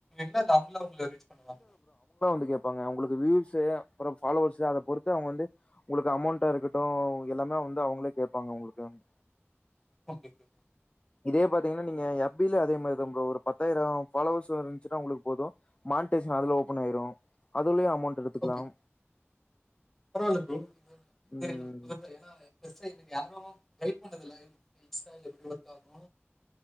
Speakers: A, in the centre; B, on the left.
A: களா இல்ல அவங்களா உங்கள ரீ்ச் பண்ணுவாங்களா?
B: ந்து கேப்பாங்க உங்களுக்கு வியூவ்ஸு அப்பறோ ஃபாலோவர்ஸு அத பொறுத்து அவங்க வந்து உங்களுக்கு அமௌண்ட்டா இருக்கட்டு எல்லாமே வந்து அவங்களே கேப்பாங்க உங்களுக்காண்டி
A: ஓகே ஓக
B: இதே பாத்தீங்கன்னா நீங்க எஃப் பி ல அதே மாரிதா ப்ரோ ஒரு பத்தாயிரோ ஃபாலோவர்ஸ் இருந்துச்சுனா உங்களுக்கு போது மானிடிஷேன் அதுல ஓபன் ஆயிரு அதுலயு அ அமௌண்ட் எடுத்துக்கலாம்
A: ஓகே. பரவால்ல ப்ரோ <inaudible>
B: ம்
A: ஏன்னா பெருசா இதுக்கு யாரு கைட் பண்றது இல்ல இது இன்ஸ்டால எப்பிடி ஒர்க் ஆகு